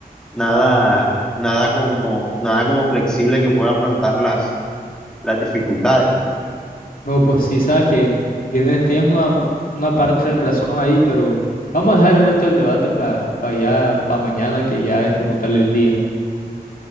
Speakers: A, in the centre; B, on the left.
A: nada, nada como, nada como flexible que pueda afrontar las, las dificultades.
B: No, pues sí, sabes que tienes, tienes una, un- una parte de razón ahí, pero vamos a dejar el resto del debate para pa pa ya, para mañana, que ya es como tal el día.